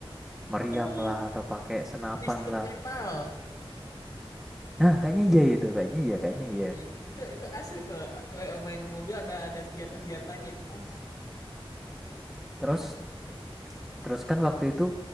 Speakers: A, in the centre; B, on the left (about 40°).
A: meriam
B: oh
A: lah atau pakai senapan
B: Twisted
A: lah.
B: Metal
A: Nah, kayaknya iya itu, kayaknya iya, kayaknya
B: Iya,
A: iya.
B: iya. Itu itu hasil ke eh, main mobil ada ada senjata-senjatanya itu asik.
A: Terus
B: Itu.
A: Terus kan waktu itu